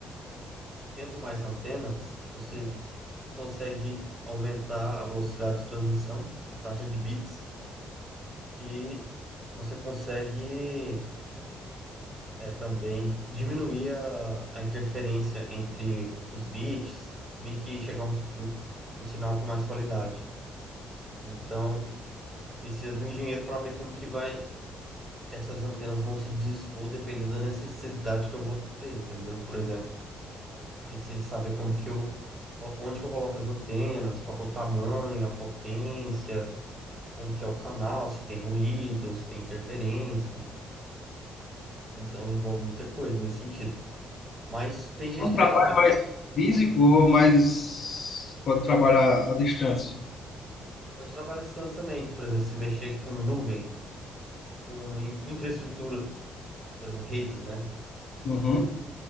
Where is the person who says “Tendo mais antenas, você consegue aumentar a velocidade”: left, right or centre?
Right